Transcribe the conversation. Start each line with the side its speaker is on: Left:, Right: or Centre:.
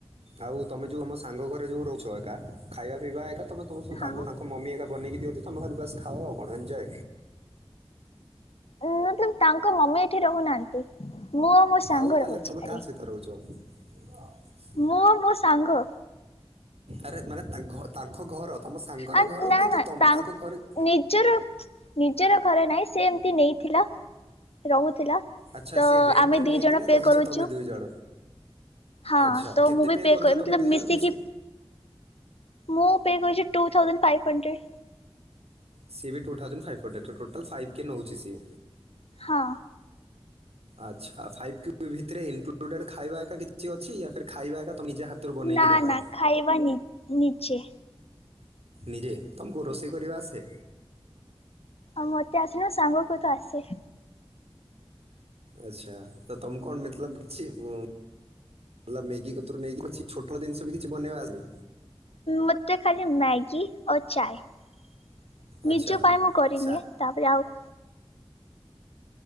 Right: ଆଉ ତୁମେ ଯେଉ ଆମ ସାଙ୍ଗ ଘରେ ଯେଉ ରହୁଛ ଏକା ଖାଇବା ପିଇବା ଏକା‌ ତମ ତମ ସହ
Left: ହଁ
Right: ତାଙ୍କ ମମି ଏକା ବନେଇକି ଦିଅନ୍ତି ତମ ଖାଲି ବାସ୍ ଖାଅ ଆଉ କଣ ଏଞୟେ।
Left: <unintelligible> ତାଙ୍କ ମମି ଏଇଠି ରହୁନାହାନ୍ତି। ମୁଁ ମୋ ସାଙ୍ଗ
Right: ଆଉ ତାହେଲେ
Left: ରହୁଛି
Right: ତମେ
Left: ଖାଲି
Right: କାହା ସହିତ ରହୁଚ?
Left: ମୁଁ ଓ ମୋ ସାଙ୍ଗ।
Right: ଆରେ ମାନେ ତା ଘ ତାଙ୍ଖ ଘର ତମ ସାଙ୍ଗର
Left: ଆ
Right: ଘର
Left: ନା
Right: କିନ୍ତୁ
Left: ନା
Right: ତମ୍
Left: ତା
Right: ତାଙ୍କ ଘରେ
Left: ନିଜର ନିଜର ଘର ନାହିଁ ସେ ଏମତି ନେଇଥିଲା ରହୁଥିଲା।
Right: ଆଚ୍ଛା
Left: ତ
Right: ସିଏ ରେଣ୍ଟରେ
Left: ଆମେ ଦି
Right: ନେଇକିନା
Left: ଜଣ ପେ
Right: ରହିଛ
Left: କରୁଚୁ।
Right: ତମେ ଦୁଇ ଜଣ
Left: ହଁ
Right: ଆଚ୍ଛା
Left: ତ
Right: କେତେ
Left: ମୁଁ ବି ପେ
Right: କରୁଛ
Left: କରିବି
Right: ତମେ ଦୁଇ
Left: ମିଶିକି
Right: ଜଣ
Left: ମୁଁ ପେ କରୁଚି ଟୁ ଥାଉଜେଣ୍ଡ ଫାଇପ ହଣ୍ଡ୍ରେଡ୍।
Right: ସିଏ ବି ଟୁ ଥାଉଜେଣ୍ଡ ଫାଇଭ ହଣ୍ଡ୍ରେଡ଼ ତ ଟୋଟାଲ୍ ଫାଇଭ୍ କେ ନେଉଚି ସିଏ।
Left: ହଁ।
Right: ଆଚ୍ଛା <unintelligible> ଭିତରେ ଇନକ୍ଲୁଡେଡ୍ ଖାଇବା ଏକା କିଛି ଅଛି ଖାଇବା ଏକା ନିଜେ ହାତ୍ ତରୁ ବନେଇକିନା
Left: ନା
Right: ଖାଅ।
Left: ନା ଖାଇବା ନି ନିଜେ
Right: ନିରେ ତମକୁ ରୋଷେଇ କରିବା ଆସେ?
Left: ଆଉ ମତେ ଅସନା ସାଙ୍ଗକୁ କିନ୍ତୁ ଆସେ।
Right: ଆଚ୍ଛା ତ ତମକୁ କଣ ମତଲବ କିଛି <unintelligible> <unintelligible> ମେଗି କତରୁ ନେଇକି କିଛି ଛୋଟ ମୋଟ ଜିନିଷ ବି କିଛି ବନେଇବା ଆସେନି?
Left: ମୋତେ ଖାଲି ମ୍ୟାଗୀ ଓ ଚାଏ
Right: ଆଚ୍ଛା
Left: ନିଜ ପାଇଁ ମୁଁ କରିନିଏ
Right: ଚା-
Left: ତାପରେ ଆଉ